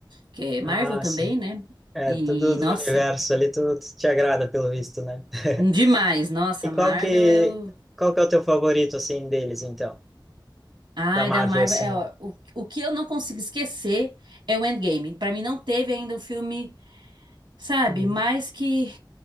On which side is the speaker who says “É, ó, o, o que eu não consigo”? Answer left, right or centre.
Right